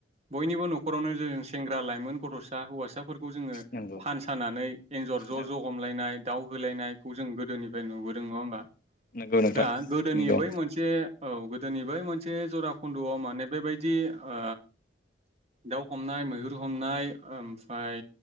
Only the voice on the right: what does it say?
बयनिबो न'खरावनो जों सेंग्रा लाइमोन गथ'सा हौवासाफोरखौ जोङो
फान सानानै एन्जर ज'
ज' हमलायनाय दाउ होलायनायखौ जों गोदोनिफ्राय नुबोदों नङा होमबा।
दा गोदोनि
बै मोनसे औ गोदोनि बै मोनसे जरा खुन्द'आव माने बेबायदि ओ दाउ हमनाय मैहुर हमनाय ओमफाय